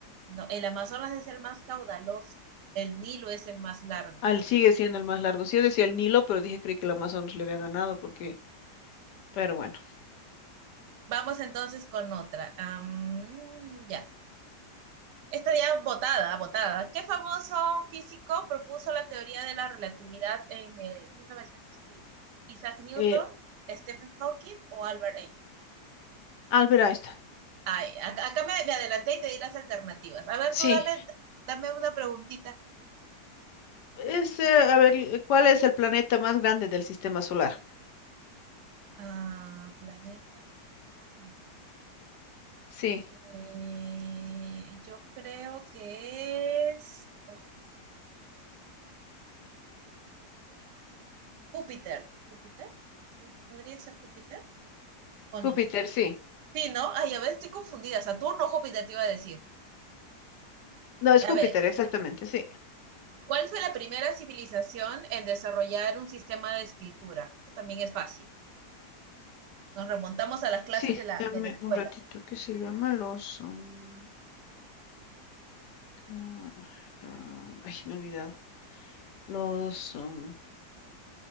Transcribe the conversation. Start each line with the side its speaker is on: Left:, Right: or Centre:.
Right: No, el Amazonas es el más caudaloso, el Nilo es el más largo.
Left: Al sigue siendo el más largo. Sí, yo decía el Nilo, pero dije creí que el Amazonas le había ganado porque, pero bueno.
Right: Vamos entonces con otra. Am, ya. Esta ya botada botada ¿Qué famoso físico propuso la teoría de la relatividad en eh, mil novecientos quince ¿Isaac Newton,
Left: Eh,
Right: Stephen Hawking o Albert Einstein?
Left: Albert Einstein.
Right: Ay, ac- acá me, me adelanté y te di las alternativas. A ver,
Left: Sí.
Right: tú dame, dame una preguntita.
Left: Es, eh, a ver, eh, ¿cuál es el planeta más grande del sistema solar?
Right: Ah, planeta más grande.
Left: Sí.
Right: Eh, yo creo que es uy, Júpiter. ¿Júpiter? ¿Sí? ¿Podría ser Júpiter? ¿O
Left: Júpiter,
Right: no?
Left: sí.
Right: Sí, ¿no? Ay, a ver, estoy confundida. Saturno o Júpiter te iba a decir.
Left: No, es
Right: A
Left: Júpiter,
Right: ver,
Left: exactamente, sí.
Right: ¿cuál fue la primera civilización en desarrollar un sistema de escritura? Esto también es fácil. Nos remontamos a las clases
Left: Sí,
Right: de la,
Left: dame
Right: de la escuela.
Left: un ratito. ¿Qué se llama? Los... um, ca- ra- Ay, me he olvidado. Los um,